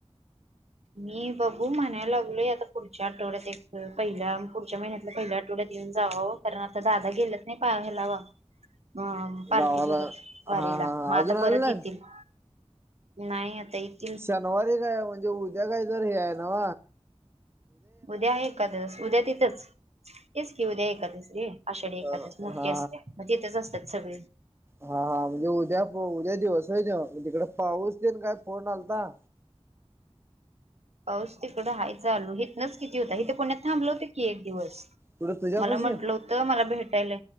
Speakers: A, on the right; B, on the right.
A: मी बघू म्हणायला लागलोय आता पुढच्या आठवड्यात एक पहिल्या पुढच्या महिन्यातल्या पहिल्या आठ आठवड्यात येऊन जाव कारण आता दादा गेल्यात नी पा हेलावा अ पालखीसोबत
B: गावाला?
A: वारीला
B: हा हा हा
A: मग
B: अजून
A: आता
B: आले
A: परत
B: नाहीत?
A: येतील. नाही आता ये
B: शनवारी काय म्हणजे उद्या काय तर हे हाय नव
A: उद्या हाय एकादस उद्या तिथंच. तेच कि उद्या एकादस रे आषाढी एकादस
B: अ
A: मोठी
B: हा
A: असत्या मग तिथच असत्यात सगळी.
B: हा हा म्हणजे उद्या उद्या दिवस होय तो, मग तिकडे पाऊस तेन काय फोन आलता?
A: पाऊस तिकडं हाय चालू हितनच किती होता हिथ पुण्यात थांबलो होतो की एक दिवस.
B: कुठं तुझ्यापाशी
A: मला म्हंटलं होतं मला भेटायला